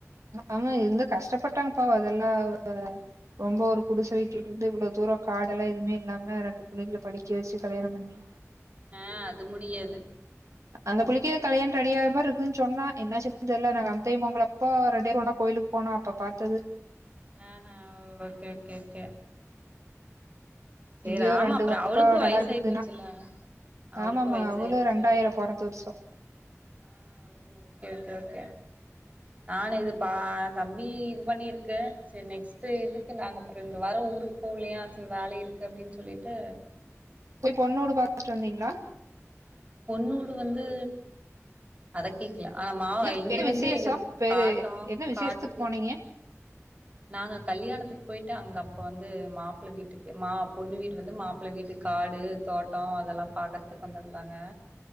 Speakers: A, on the right; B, on the right.
A: ஆமா இருந்த கஷ்டப்பட்டாங்கப் பாவோ அதெல்லா ஓ ரொம்ப ஒரு குடிச வீட்ல இருந்து இவ்ளோ தூரோ காடெல்லா எதுமே இல்லாம ரெண்டு புள்ளைங்கள படிக்க வச்சு கல்யாணம் பண்ணி
B: ஆ அது முடியாது
A: அந்த புள்ளைக்கி கல்யாண ரெடி ஆற மாரி இருக்குன்ன சொன்னா என்னச்சுன்னு தெர்ல நாங்க <unintelligible> டைம் பொங்கலப்ப ரெண்டு வேறு ஒண்ணா கோயிலுக் போனோ அப்ப பாத்தது
B: ஆ ஹ ஓகே ஓகே ஓகே சேரி
A: எங்கேயோ
B: ஆமா
A: ரெண்டு
B: அப்புறோ
A: பக்கோ
B: அவளுக்கு
A: நல்லா
B: வயசாயி
A: இருந்ததுன்னா
B: போச்சுல்ல அவளுக்கு
A: ஆமா ஆமா
B: வயசாயிடுச்சு
A: அவளு ரெண்டாயிரம் பொறந்து வர்ஷோ
B: ஆ ஓ ஓகே ஓகே ஓகே
A: <unintelligible>
B: நானு இது பா தம்பி இது பண்ணியிருக்கு செரி நெக்ஸ்ட்டு இதுக்கு நாங்க அப்பற இந்த வார ஊருக் போலையா செரி வேல இருக்கு அப்டின்னு சொல்லிட்டு
A: போய் பொண்ணோடு பாத்துட்டு வந்தீங்களா
B: பொண்ணூடு வந்து அத கேக்ல ஆனா மாவ
A: இல்ல
B: இங்க
A: என்ன
B: வந்து
A: விசேஷோ
B: எங்க
A: பேரு
B: காட்டோ
A: என்ன விசேஷத்துக்கு
B: காட்டுக்கு
A: போனீங்க
B: நாங்க கல்யாணத்துக்கு போயிட்டு அங்க அப்ப வந்து மாப் பிள வீட்டுக்கு மா பொண்ணு வீடு வந்து மாப்பிள வீட்டு காடு தோட்டோ அதெல்லா பாக்குறதுக்கு வந்துருந்தாங்க